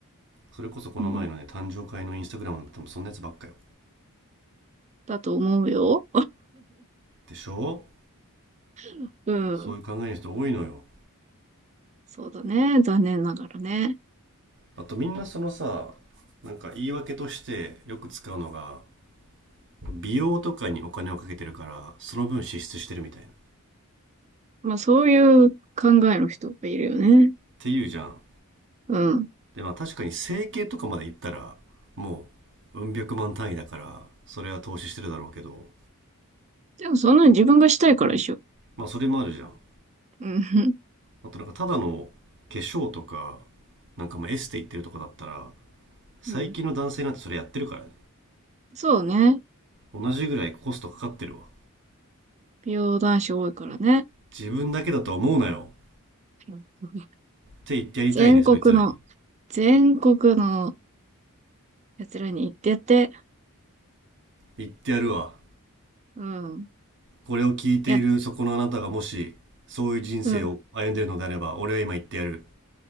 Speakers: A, on the right (about 55°); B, on the right (about 30°).
A: それこそこの前のね、
B: うん。
A: 誕生会のインスタグラムなんて多分そんなやつばっかよ。
B: だと思うよ。
A: でしょ
B: <laughs> うん。
A: そういう考えの人多いのよ。
B: そうだね。残念ながらね。
A: あとみんなそのさなんか言い訳としてよく使うのが美容とかにお金をかけてるからその分支出してるみたいなっ
B: まあそういう考えの人がいるよね。
A: ていうじゃん
B: うん。
A: でまあ確かに整形とかまで行ったらもううん百万単位だからそれは投資してるだろうけど
B: でもそんなに自分がしたいからでしょ。
A: まあそれもあるじゃん
B: うん。
A: あとなんかただの化粧とかなんかまあエステ行ってるとかだったら最近の男性なんてそれやってるからね
B: うん。そうね。
A: 同じぐらいコストかかってるわ
B: 美容男子多いからね。
A: 自分だけだと思うなよっ
B: うん
A: て言ってやりたいねそいつらに
B: 全国の全国の奴らに行ってやって。
A: 言ってやるわ
B: うん。
A: これを聞いているそこのあなたがもし、
B: いや、
A: そういう人生を歩んでいるのであれば、
B: うん。
A: 俺は今言ってやる。